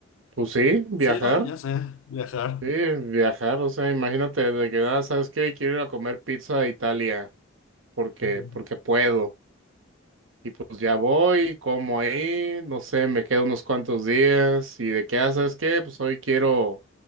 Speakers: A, on the right (about 80°); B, on the left (about 80°).
A: pues sí, viajar,
B: Sí, ¿no? Ya sé, viajar.
A: sí, viajar, o sea, imagínate de que, ah, ¿sabes qué? Quiero ir a comer pizza a Italia porque,
B: Ujú,
A: porque puedo. Y pues ya voy, como ahí, no sé, me quedo unos cuantos días y de qué, ah, ¿sabes qué? Pues hoy quiero,